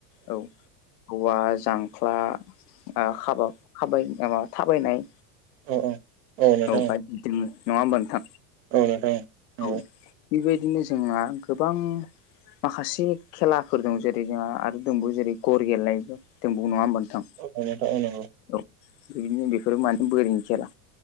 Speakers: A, on the left; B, on the right.
A: औ औवा जांख्ला बाखाबाय माबा थाबायनाय
B: औ औ औ नोंथां
A: बायदि दोङो नङा होमबा नोंथां
B: औ नोंथां नंगौ
A: औ बेबायदिनो जोंहा गोबां माखासे खेलाफोर दं जेरै जोंहा आरो दोंबौवो जेरै गर गेलेनाय दोंबौ नङा होमबा नोंथां
B: औ नोंथां औ नंगौ
A: औ बेबायदिनो बेफोरो माने बोरैनि खेला